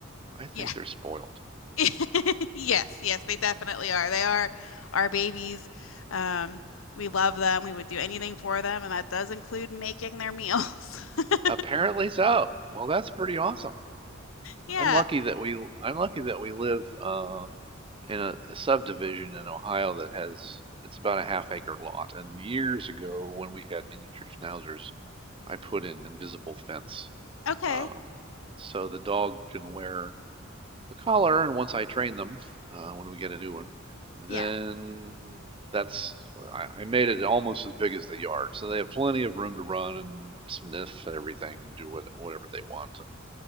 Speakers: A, on the right; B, on the left.
A: I think
B: Yeah.
A: they're spoiled.
B: <laughs> Yes, yes, they definitely are. They are our babies. Um, we love them. We would do anything for them, and that does include making their meals. <laughs>
A: Apparently so. Well, that's pretty awesome.
B: Yeah.
A: I'm lucky that we I'm lucky that we live uh, in a, a subdivision in Ohio that has it's about a half acre lot. And years ago, when we had miniature schnauzers, I put in invisible fence
B: Okay.
A: um, so the dog can wear a collar. And once I train them, uh, when we get a new one, then
B: Yeah.
A: that's well, I, I made it almost as big as the yard, so they have plenty of room to run and sniff everything and do what, whatever they want. and.